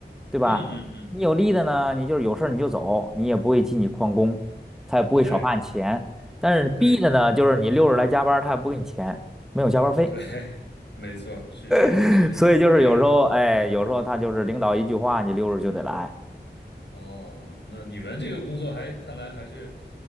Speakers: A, in the centre; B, on the left.
A: 对吧？
B: 嗯嗯嗯嗯，
A: 你有利的呢，
B: 嗯
A: 你就是有事儿你就走，你也不会记你旷工，他也不会少发你钱。
B: 对
A: 但是 B
B: 对。
A: 的呢，就是你六日来加班儿他也不给你钱，没有加班儿费，
B: 对，<laughs> 没错，是这样，
A: <laughs>
B: 是这样，
A: 所以就是有时候，
B: 对，
A: 哎，有时候他就是领导一句话，你六日就得来。
B: 哦，那你们这个工作还看来还是，